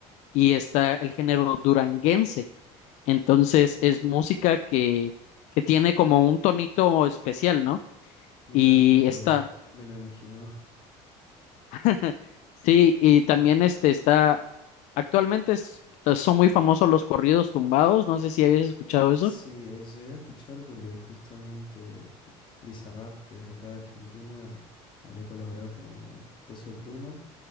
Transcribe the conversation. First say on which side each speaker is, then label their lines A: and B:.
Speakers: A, on the left (about 65°); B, on the left (about 35°).
A: y está el género duranguense. Entonces es música que, que tiene como un tonito especial, ¿no?
B: Mira,
A: Y
B: no me lo,
A: está,
B: no me lo imagino.
A: <laughs> sí, y también este está, actualmente es- pues, son muy famosos los corridos tumbados, no sé si habías escuchado
B: Sí,
A: eso.
B: eh, llegué a escuchar porque justamente Bizarrap, que es de acá de Argentina, había colaborado con Peso Pluma.